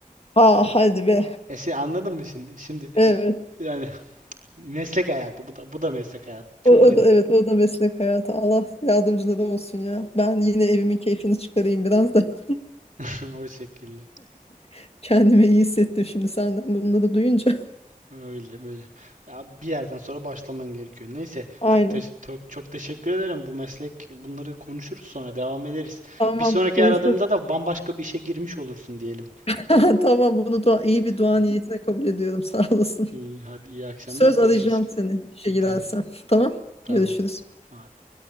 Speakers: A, on the left; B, on the right.
A: Aa hadi be.
B: E sen anladın mı şimdi? Şimdi
A: Evet.
B: yani meslek hayatı bu da bu da meslek hayatı. Çok
A: O, o
B: garip
A: da evet o da meslek hayatı. Allah yardımcıları olsun ya. Ben yine evimin keyfini çıkarayım biraz da
B: <laughs> o şekilde.
A: <laughs> kendimi iyi hissettim şimdi senden bunları duyunca.
B: Öyle böyle. Ya bir yerden sonra başlaman gerekiyor. Neyse
A: Aynen.
B: çok teş- to- çok teşekkür ederim. Bu meslek bunları konuşuruz sonra devam ederiz.
A: Tamam
B: Bir sonraki
A: konuşuruz.
B: aradığımda da bambaşka bir işe girmiş olursun diyelim.
A: <laughs> Tamam bunu dua iyi
B: <laughs>
A: bir dua niyetine kabul ediyorum. Sağ olasın.
B: İyi, hadi iyi akşamlar
A: Söz
B: görüşürüz.
A: arayacağım seni işe girersem.
B: Tamam
A: Tamam.
B: tamam.
A: Görüşürüz.
B: Hadi.